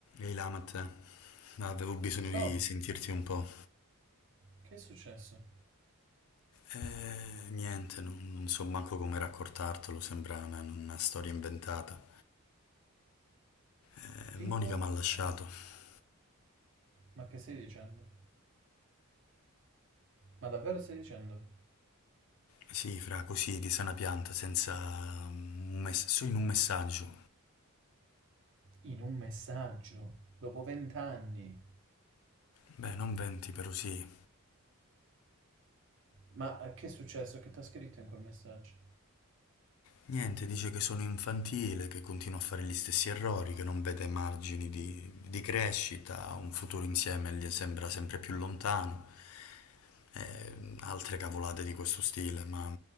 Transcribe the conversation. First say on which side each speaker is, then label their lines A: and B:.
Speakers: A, on the left (about 70°); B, on the right (about 55°).
A: Ehi Lamat, avevo bisogno di
B: Toh,
A: sentirti un po'.
B: che è successo?
A: Eh, niente, non, non so manco come raccontartelo, sembra una, una storia inventata. Eh,
B: Tipo,
A: Monica mi ha lasciato.
B: eh, ma che stai dicendo? Ma davvero stai dicendo?
A: Sì, fra così, di sana pianta, senza... un mess- solo in un messaggio.
B: In un messaggio, dopo vent'anni.
A: Beh, non venti, però sì.
B: Ma eh, che è successo? Che ti ha scritto in quel messaggio?
A: Niente, dice che sono infantile, che continua a fare gli stessi errori, che non vede margini di, di crescita, un futuro insieme gli sembra sempre più lontano, e altre cavolate di questo stile, ma